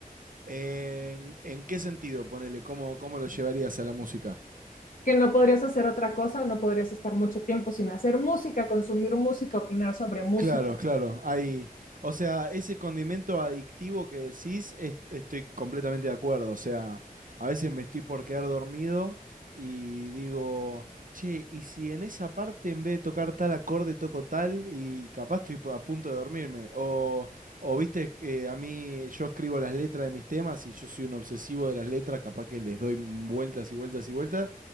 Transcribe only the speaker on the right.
¿En, en qué sentido, ponele? ¿Cómo, cómo lo llevarías a la música?
Claro, claro. Hay, o sea, ese condimento adictivo que decís, es- estoy completamente de acuerdo. O sea, a veces me estoy por quedar dormido y digo, che, ¿y si en esa parte en vez de tocar tal acorde toco tal y capaz estoy por- a punto de dormirme? O, o viste, eh, a mí yo escribo las letras de mis temas y yo soy un obsesivo de las letras, capaz que les doy vueltas y vueltas y vueltas.